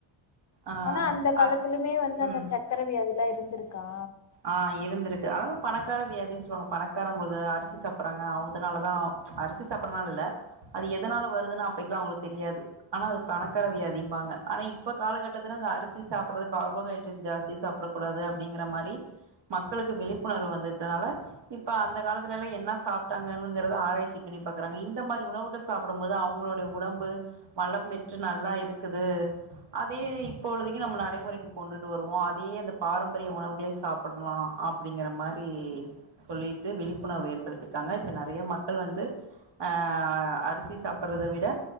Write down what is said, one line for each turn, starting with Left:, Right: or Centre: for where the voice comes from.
Right: ஆ
Left: ஆனா அந்த காலத்திலுமே
Right: அ
Left: வந்து அந்த
Right: ம்
Left: சக்கர வியாதி எல்லா இருந்திருக்கா
Right: ஆ இருந்திருக்கு ஆ பணக்கார வியாதின்னு சொல்லுவாங்க பணக்காரங்களுக்கு அரிசி சாப்பிட்றாங்க அதுனால தா அரிசி சாப்பிட்றதுனால இல்ல அது எதனால வருதுன்னு அப்பைக்கெல்லா அவுங்களுக்கு தெரியாது ஆனா அது பணக்கார வியாதிம்பாங்க
Left: ம்,
Right: ஆனா இப்ப காலகட்டத்துல அந்த அரிசி சாப்பிடுற கார்போஹைட்ரேட் ஜாஸ்தி சாப் பிடக் கூடாது அப்டிங்கிற மாரி மக்களுக்கு விழிப்புணர்வு வந்துட்டதுனால இப்ப அந்த காலத்துலலா என்ன சாப்ட்டாங்கங்கறத ஆராய்ச்சி பண்ணி பாக்குறாங்க இந்த மாரி உணவு இத சாப்பிடும் போது அவுங்களுடைய உடம்பு வளம் பெற்று நல்லா இருக்குது அதயே இப்பொழுதைக்கு நம்ம நடைமுறைக்கு கொண்டுட்டு வருவோம் அதயே அந்த பாரம்பரிய உணவுகளை சாப்பிடலாம் அப்டிங்கிற மாரி
Left: ம்.
Right: சொல்லிட்டு விழிப்புணர்வு ஏற்படுத்திருக்காங்க இப்ப நெறையா மக்கள் வந்து ஆ அரிசி சாப்பிடுறதை விட